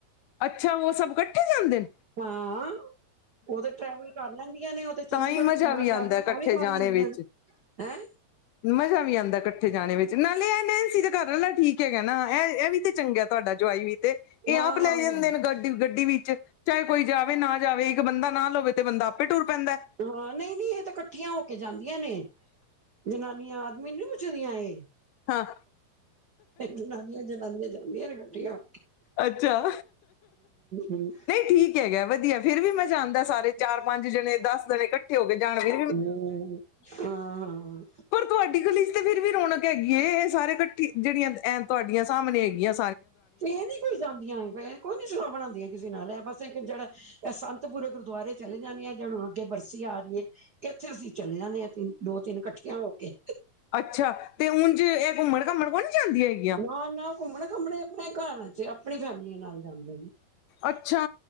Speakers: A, on the left; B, on the right.
A: ਅੱਛਾ ਉਹ ਸਭ ਕੱਠੇ ਜਾਂਦੇ ਨੇ।
B: ਹਾਂ ਉਹ ਤੇ ਟਰੈਵਲ ਕਰ ਲੈਂਦੀਆਂ ਨੇ ਉਹ ਤੇ ਚੰਡੀਗੜ੍ਹ
A: ਤਾਂ ਹੀ ਮਜ਼ਾ
B: ਘੁੰਮਣ
A: ਵੀ ਆਉਂਦਾ
B: ਜਾਵਗੇ
A: ਇਕੱਠੇ
B: ਤਾਂ ਵੀ ਕਰ
A: ਜਾਣੇ
B: ਲੈਂਦੀਆ
A: ਵਿੱਚ
B: ਹੈ।
A: ਮਜ਼ਾ ਵੀ ਆਉਂਦਾ ਕੱਠੇ ਜਾਣੇ ਵਿੱਚ ਨਾਲੇ ਇਹ ਨੈਨਸੀ ਦਾ ਘਰ ਆਲਾ ਠੀਕ ਹੈਗਾ ਨਾ ਇਹ, ਇਹ ਵੀ ਤੇ ਚੰਗਾ ਤੁਹਾਡਾ ਜਵਾਈ ਵੀ ਤੇ ਇਹ
B: ਹਾਂ
A: ਆਪ
B: ਹਾਂ
A: ਲੈ
B: ਹਾਂ
A: ਜਾਂਦੇ ਨੇ ਗੱਡੀ, ਗੱਡੀ ਵਿੱਚ ਚਾਹੇ ਕੋਈ ਜਾਵੇ ਨਾ ਜਾਵੇ ਇੱਕ ਬੰਦਾ ਨਾ ਲਵੇ ਤੇ ਬੰਦਾ ਆਪੇ ਟੁਰ ਪੈਂਦਾ।
B: ਹਾ ਨਹੀਂ-ਨਹੀਂ ਇਹ ਤਾਂ ਕੱਠੀਆ ਹੋ ਕੇ ਜਾਂਦੀਆ ਨੇ ਜਨਾਨੀਆ ਆਦਮੀ ਨੂੰ ਨੀ ਪੁੱਛਦੀਆਂ ਇਹ।
A: ਹਾਂ
B: ਜਨਾਨੀਆ-ਜਨਾਨੀਆਂ ਜਾਂਦੀਆਂ ਨੇ ਕੱਠੀਆ ਹੋ
A: ਅੱਛਾ
B: ਹਮ
A: ਨਹੀਂ ਠੀ ਕ ਹੈਗਾ ਵਧੀਆ ਫੇਰ ਵੀ ਮਜ਼ਾ ਆਦਾ ਸਾਰੇ ਚਾਰ, ਪੰਜ ਜਣੇ ਦਸ ਜਣੇ ਕੱ ਠੇ ਹੋ ਵੀ ਜਾਣਗੇ।
B: ਹੁ, ਹਾਂ।
A: ਪਰ ਤੁਹਾਡੀ ਗਲੀ ਚ ਤੇ ਫਿਰ ਵੀ ਰੌਣਕ ਹੈਗੀ ਇਹ ਸਾਰੇਕੱਠੀ ਜਿਹੜੀਆ ਐ ਤੁਹਾਡੀਆਂ ਸਾਹਮਣੇ ਹੈਗੀਆ
B: ਤੇ ਏਹ ਨੀ ਕੋਈ ਜਾਂਦੀਆ। ਕੋਈ ਨੀ ਸਲਾਹ ਬਣਾਉਂਦੀਆਂ ਕਿਸੇ ਨਾਲ ਹੈ ਬਸ ਇੱਕ ਜਿਹੜਾ ਇਹ ਸੰਤਪੁਰੇ ਗੁਰਦਆਰੇ ਚਲੇ ਜਾਂਦੀ ਹੈ ਜ ਹੁਣ। ਅੱਗੇ ਬਰਸੀ ਆ ਰਹੀ ਹੈ ਇੱਥੇ ਅਸੀਂ ਚਲੇ ਜਾਂਦੇ ਹ ਤਿੰਨ ਦੋ, ਤਿੰਨ ਕੱਠੀਆਂ ਹੋ ਕੇ।
A: ਅੱਛਾ ਤੇ ਉਝ ਇਹ ਘੁੰਮਣ ਕਾਮਣ ਕੋੌਣੀ ਜਾਂਦੀ ਹੈਗੀ।
B: ਹਾਂ ਨਾ ਉਹ ਘੁੰਮਣੇ ਘੁੰਮਣੇ ਆਪਣੇ ਘਰਾਂ ਚ ਆਪਣੀ ਫੈਮਲੀ ਨਾਲ ਜਾਂਦੇ ਨੇ।
A: ਅੱਛਾ